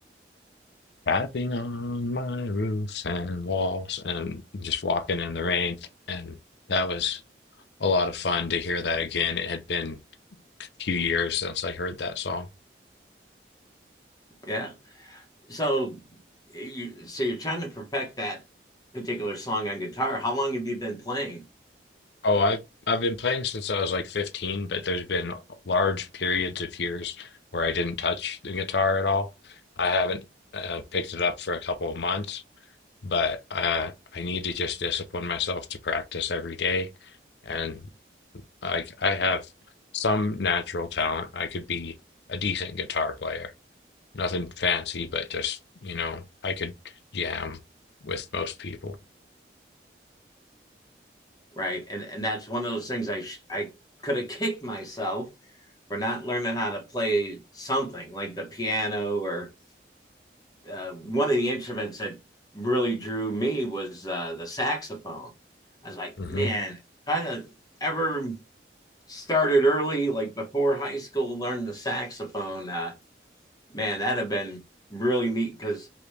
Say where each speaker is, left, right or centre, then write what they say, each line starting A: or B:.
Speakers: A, on the left; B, on the left.
A: tapping on my roofs and walls and just walking in the rain. And that was a lot of fun to hear that again. It had been a few years since I heard that song.
B: yeah. So you so you're trying to perfect that particular song on guitar. How long have you been playing?
A: Oh, I've I've been playing since I was like 15, but there's been large periods of years where I didn't touch the guitar at all. I haven't uh, picked it up for a couple of months, but uh, I need to just discipline myself to practice every day. and. Like I have some natural talent. I could be a decent guitar player. Nothing fancy, but just, you know, I could jam with most people.
B: Right, and and that's one of those things I sh- I could have kicked myself for not learning how to play something like the piano or uh, one of the instruments that really drew me was uh, the saxophone. I was like,
A: hmm
B: man, kind of ever started early, like before high school, learned the saxophone. Uh, man, that'd have been really neat because